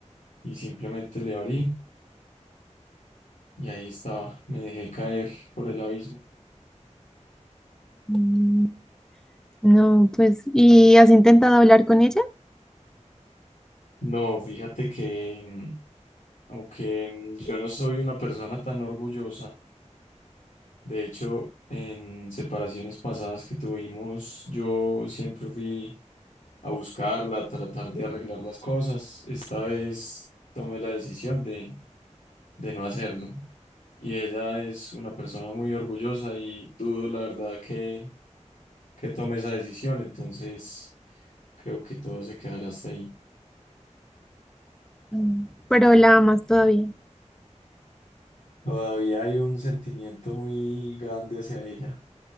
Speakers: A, on the left (about 85°); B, in the centre.
A: y simplemente le abrí y ahí estaba, me dejé caer por el abismo.
B: Mm, No, pues, ¿y has intentado hablar con ella?
A: No, fíjate que mm, aunque mm, yo no soy una persona tan orgullosa, de hecho, en separaciones pasadas que tuvimos, yo siempre fui a buscarla, a tratar de arreglar las cosas. Esta vez tomé la decisión de, de no hacerlo. y ella es una persona muy orgullosa y dudo la verdad que, que tome esa decisión, entonces creo que todo se quedará hasta ahí.
B: Mm, Pero la amas todavía.
A: Todavía hay un sentimiento muy grande hacia ella.